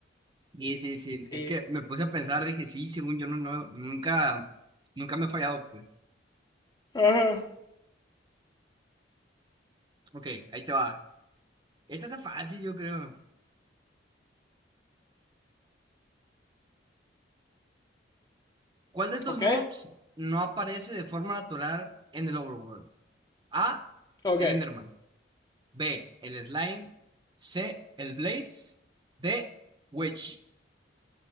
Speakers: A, on the right; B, on the left.
A: Sí, sí, sí.
B: Sí,
A: Es que
B: sí.
A: me puse a pensar, dije, sí, según yo, no, no, nunca, nunca me ha fallado, pues.
B: Ajá.
A: Ok, ahí te va. Esta está fácil, yo creo. ¿Cuál de estos
B: ¿Ok?
A: mobs no aparece de forma natural en el Overworld? A.
B: Ok.
A: El Enderman. B. El Slime. C. El Blaze. D. Witch.